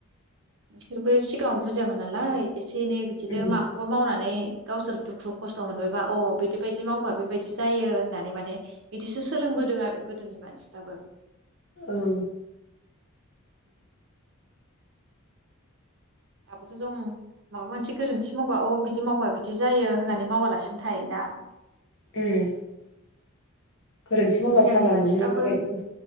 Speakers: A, on the right; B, on the left.
A: बिसोरबो सिगाङाव बुज बुजियामोन नालाय एसे एनै बिदिनो
B: ओम
A: माखौबा मावनानै गावसोर दुखु खस्थ' मोनबोबा अ बिदि बदि मावबा बेबायदि जायो होननानै माने इदिसो सोलोंबोदों आरो गोदोनि मानसिफ्राबो
B: ओं
A: <inaudible> दाबोथ' जों माबा मोनसे गोरोन्थि मावबा अ बिदि मावबा बिदि जायो होननानै मावालासिनो थायोना।
B: उम गोरोन्थि मावबा
A: सिगांनि
B: साजा
A: मानसिफ्राबो
B: मोनो एफोरबायदि